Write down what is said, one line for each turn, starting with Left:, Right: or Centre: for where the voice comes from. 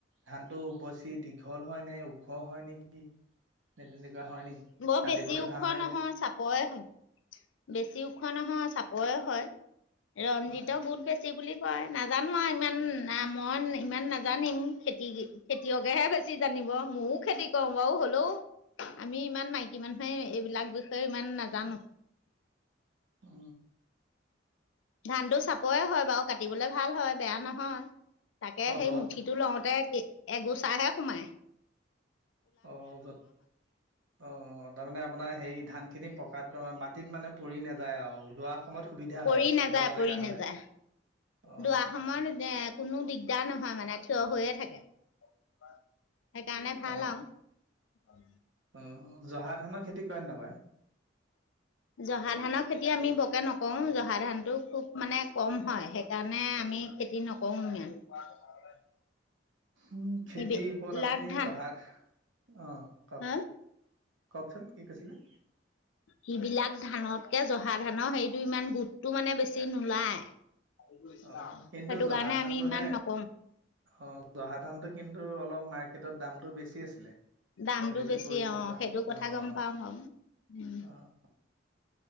Right: ধান টো বছি দীঘল হয় নে ওখ হয় নেকি ন। হয় নি
Left: বৰ
Right: কাটিবলৈ
Left: বেছি ওখ
Right: ভাল নাই
Left: নহয়
Right: বেয়া।
Left: চাপৰে হয় বেছি ওখ নহয় চাপৰে হয় ৰঞ্জিতৰ
Right: হয়।
Left: বহুত বেছি। বেছি বুলি কয় নাজানো আৰু ইমান মই ইমান নাজানিম খেতি খেতিয়কেহে বেছি- বেছি জানিব ময়ো খেতি কৰো বাৰু হ'লেও- আমি ইমান মাইকী মানুহে এইবিলাক বিষয়ে ইমান নাজানো।
Right: অ
Left: ধানটো চাপৰে হয় বাৰু কাটিবলে ভাল হয় বেয়া নহয়। তাকে
Right: অ'
Left: সেই
Right: দত
Left: মুঠিটো লওঁতে এগোচাহাহে সোমায়
Right: অ যত অ তাৰমানে আপোনাৰ হেই ধানখিনি পকাত দম মাটিত মানে পৰি নাযায় আৰু দোৱাৰ সময়ত সুবিধা
Left: পৰি
Right: হয়
Left: নাযায়
Right: দহ
Left: পৰি
Right: জেগা হলে-
Left: নাযায়
Right: অ'
Left: দোৱা সময়ত এ কোনো দিগদাৰ নহয় মানে থিয় হৈয়ে থাকে। সেইকাৰণে ভাল
Right: অ'
Left: আৰু-
Right: অ জহা ধানৰ খেতি কৰে নে নকয়।
Left: জহা ধানৰ খেতি আমি বৰকে নকৰো জহা ধানতটো খুব মানে কম হয় সেইকাৰণে- আমি খেতি নকৰো ইমান।
Right: উ খেতিৰ
Left: এইবিলাক
Right: ওপৰত আপুনি
Left: ধান
Right: জহাৰ অ কওক
Left: হা
Right: কওকচোন কি কৈছিলে।
Left: যিবিলাক ধানতকে জহা ধানৰ সেইটো ইমান গোটটো মানে বেছি নোলায়। সেইটো
Right: অ' কিন্তু জহা
Left: কাৰণে
Right: ধানটোহে
Left: আমি ইমান নকও
Right: অ জহা ধানতটো কিন্তু অলপ মাৰ্কেটত দামতটো বেছি আছিলে
Left: দামতটো
Right: খেতিটো
Left: বেছি
Right: কৰিব
Left: অ
Right: পৰা
Left: সেইটো কথা
Right: অ'
Left: গম পাও বাউ উম <inaudible>
Right: অ'